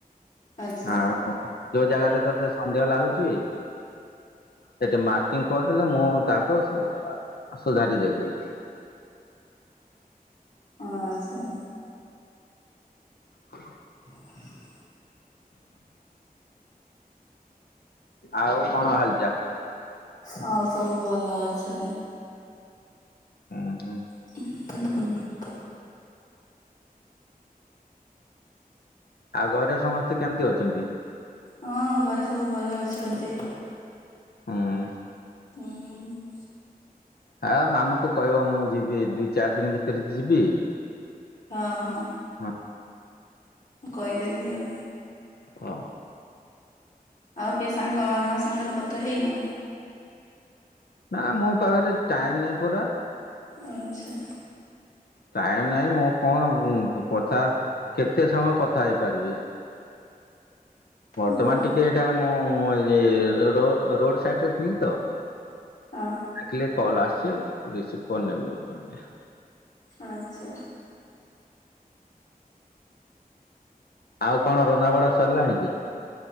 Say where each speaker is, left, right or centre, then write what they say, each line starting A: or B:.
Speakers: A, on the left (about 55°); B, on the left (about 85°).
A: ଆଚ୍ଛା।
B: ଆଉ ହଁ ଯୋଉ ଜାଗାରେ ତତେ ସନ୍ଦେହ ଲାଗୁଛି ସେଠି ମାର୍କିଂ କରିଥିଲେ ମୁଁ ତାହାକୁ ସୁଧାରିଦେବି।
A: ଓ ଆଚ୍ଛା।
B: ହ
A: <inaudible>
B: ଆଉ କଣ ହାଲଚାଲ।
A: ହଉ ସବୁ ଭଲ ଅଛେ।
B: ହୁଁ ହୁଁ
A: ହ
B: ଆଉ ଘରେ ସମସ୍ତେ କେମିତି ଅଛନ୍ତି?
A: ହଁ ଘରେ ସବୁ ଭଲ ଅଛନ୍ତି।
B: ହଁ
A: ହୁଁ
B: ହଁ ମାମୁ କ କହିବ ମୁଁ ଯିବି ଦିଇ ଚାରି ଦିନ ଭିତରେ ଯିବି।
A: ହଁ ହଁ
B: ହ
A: ମୁଁ କହିଦେବି ଆଉ।
B: ହଁ
A: ଆଉ କେହି ସାଙ୍ଗ ମ ସାଙ୍ଗରେ କଥା ହେଇନ?
B: ନା ମୋ ପାଖରେ ଟାଇମ ନାଇଁ ପରା।
A: ଆଚ୍ଛା
B: ଟାଇମ ନାହିଁ ମୁଁ କଣ କଥା କେତେ ସମୟ କଥା ହେଇପାରିବି। ବର୍ତ୍ତମାନ
A: ହୁଁ ହଁ
B: ଟିକେ ଏଇଟା ମୁଁ ରୋଡ ସାଇଡରେ ଥିଲି ତ।
A: ହଁ
B: ଆିଲ କଲ୍ ଆସଛି ରିସିଭ କରିନେବି କହିଲି।
A: ଆଛା
B: ଆଉ କଣ ରନ୍ଧା ବଢା ସରିଲାଣି କି?